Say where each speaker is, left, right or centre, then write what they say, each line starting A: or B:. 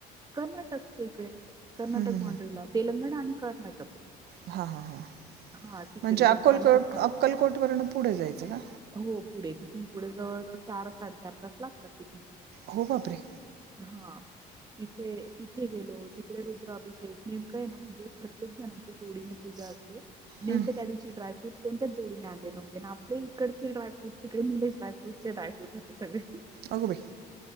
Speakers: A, on the right (about 25°); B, on the right (about 70°).
A: कर्नाटकच इकडे कर्नाटक
B: हं, हं,
A: बाॉंड्रीला तेलंगणा आणि कर्नाटक
B: हा हा हा
A: हा तिकडे
B: म्हणजे
A: दत्तांचं
B: अक्कलकोट
A: स्थान
B: अक्कलकोट वर्ण पुढे जायचं का
A: हो पुढे तिथून पुढे जवळजवळ चार साडेचार तास लागतातथ
B: हो बापरे
A: हा तिथे तिथे गेलो तिकडे रुद्राभिषेक नेमकंय ना म्हणजे प्रत्येक जण जोडीने पूजा असते नेमक
B: हं,
A: त्या दिवशी ड्रायफ्रूट कोणतच जोडीने आले नव्हते आणि आपल्या इकडे ड्रायफुटकडे निलेश ड्रायफ्रूटच्या ड्रायफ्रूट होते सगळे
B: अगो बाई